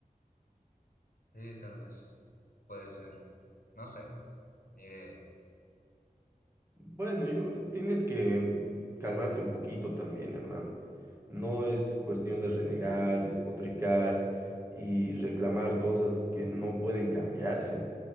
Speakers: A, on the left; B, on the right.
A: Sí, tal vez. Puede ser. No sé, ni idea.
B: Bueno, yo, tienes que mm, calmarte un poquito también, hermano. No es cuestión de renegar, despotricar y reclamar cosas que no pueden cambiarse.